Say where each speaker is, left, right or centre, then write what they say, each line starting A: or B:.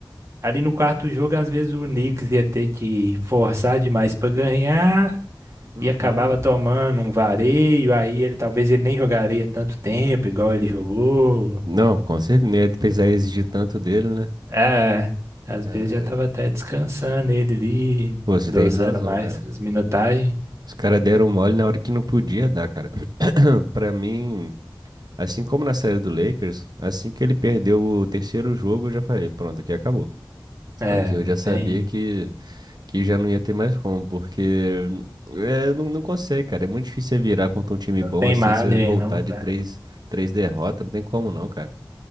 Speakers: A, on the right; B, on the right.
A: ali no quarto jogo, às vezes o Knicks ia ter que forçar demais pra ganhar.
B: Uhum.
A: E acabava tomando um vareio, aí ele talvez ele nem jogaria tanto tempo, igual ele jogou.
B: Não, com certeza. Não ia precisar exigir tanto dele, né?
A: É, às
B: Caraca.
A: vezes já tava até descansando ele ali,
B: Pô, você
A: dosando
B: tem razão,
A: mais
B: cara.
A: as minutagens.
B: Os caras deram mole na hora que não podia dar, cara. <clears throat> Pra mim, assim como na série do Lakers, assim que ele perdeu o terceiro jogo, eu já falei, pronto, aqui acabou.
A: É,
B: Aqui eu
A: não
B: já sabia
A: tem,
B: que, que já não ia ter mais como, porque é, não, não consegue, cara. É muito difícil você virar contra um time
A: não
B: bom
A: tem
B: assim,
A: margem
B: você voltar
A: não pra
B: de três, três derrotas, não tem como não, cara.